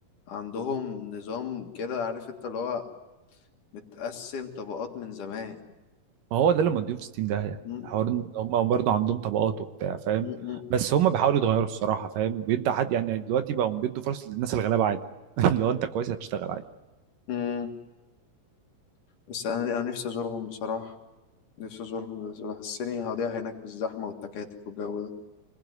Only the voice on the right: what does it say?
ما هو ده اللي موديهم في 60 ده يعني
حوار إن هم برضه عندهم طبقات وبتاع فاهم
بس هم بيحاولوا يتغيروا الصراحه فاهم بيدوا حد يعني دلوقتي بقوا بيدوا فرص للناس الغلابه عادي <laughs> اللي هو انت كويس هتشتغل